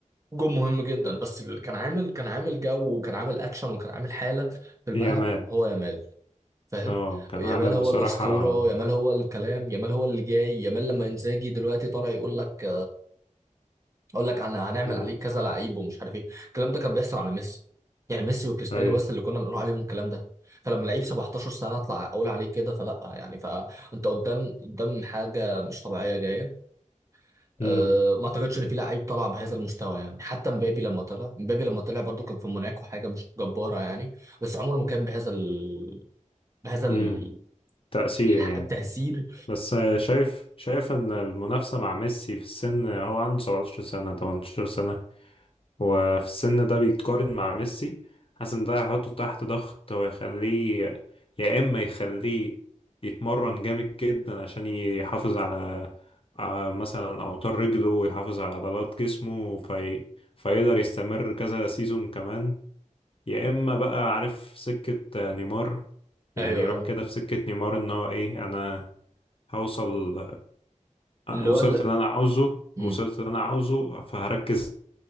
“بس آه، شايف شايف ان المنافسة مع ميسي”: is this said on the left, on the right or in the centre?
Left